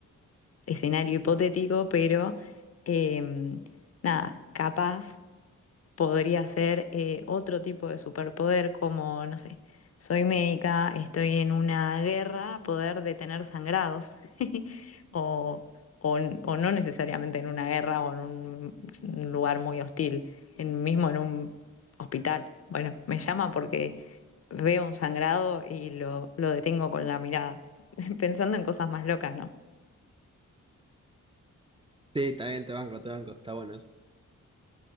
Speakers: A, on the left; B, on the right.
A: escenario hipotético, pero em, nada, capaz podría ser eh, otro tipo de superpoder como, no sé, soy médica, estoy en una guerra, poder detener sangrados, <laughs> o, o, n- o no necesariamente en una guerra o en un, un lugar muy hostil, en, mismo en un hospital. Bueno, me llama porque veo un sangrado y lo, lo detengo con la mirada, <laughs> pensando en cosas más locas, ¿no?
B: Sí, también te banco, te banco, está bueno eso.